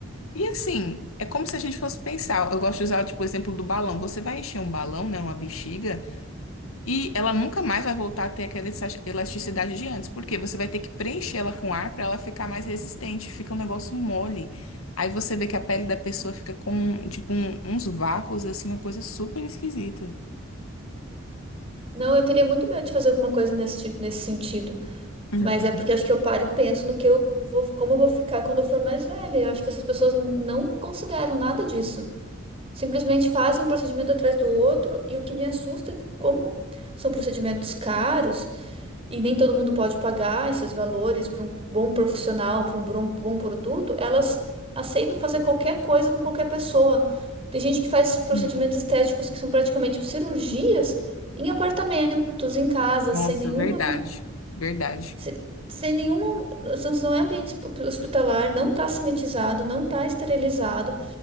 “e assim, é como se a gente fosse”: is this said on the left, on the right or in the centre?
Left